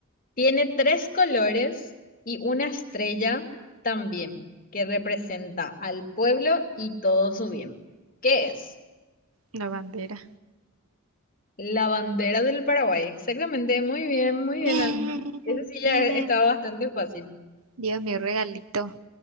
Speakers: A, on the left; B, on the right.
A: Tiene tres colores y una estrella también, que representa al pueblo y todo su bien. ¿Qué es?
B: la bandera.
A: La bandera del Paraguay. Exactamente, muy bien, muy bien,
B: Bien,
A: Alma. Ese sí
B: bien,
A: ya estaba
B: bien.
A: bastante fácil.
B: Dios mío, regalito.